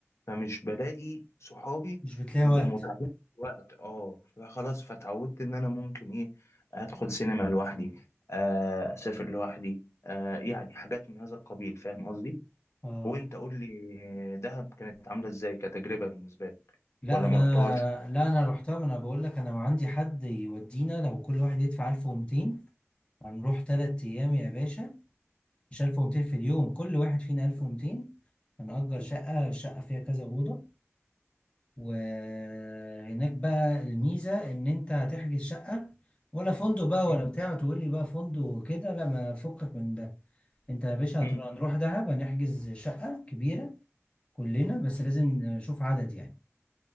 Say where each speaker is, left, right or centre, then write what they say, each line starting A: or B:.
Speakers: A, on the left (about 70°); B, on the left (about 20°).
A: فمش بلاقي صحابي
B: مش بتلاقي
A: يبقوا
B: وقت
A: متعبين في الوقت اه فخلاص فتعودت ان انا ممكن ايه ادخل سينما لوحدي آه، اسافر لوحدي آه، يعني حاجات من هذا القبيل فاهم قصدي
B: اه
A: وانت قول لي دهب كانت عامله ازاي كتجربه بالنسبه لك
B: لا
A: ولا
B: انا
A: ما رحتهاش
B: لا انا رحتها ما انا بقول لك انا عندي حد يودينا لو كل واحد يدفع 1200 هنروح 3 ايام يا باشا مش 1200 في اليوم كل واحد فينا 1200 هنأجر شقة الشقة فيها كذا أوضة وهناك بقى الميزة إن أنت هتحجز شقة ولا فندق بقى
A: مم.
B: ولا بتاع تقول لي بقى فندق كده لا ما فكك من ده أنت يا باشا
A: مم.
B: هتروح- هنروح دهب هنحجز شقة كبيرة كلنا بس لازم نشوف عدد يعني